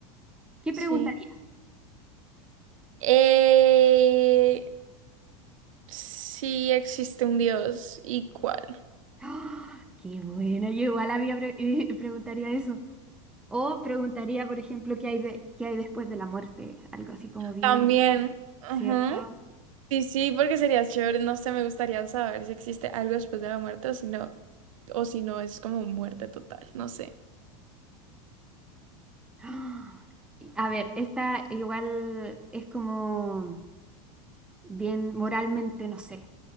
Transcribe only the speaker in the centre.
¿qué
preguntarías?
¡Ah! ¡Qué buena! Yo igual había pre- <laughs> eh, preguntaría eso. O preguntaría, por ejemplo, qué hay de, qué hay después de la muerte, algo así como bien,
¿cierto?
¡Ah! Y, A ver, esta igual es como bien moralmente, no sé.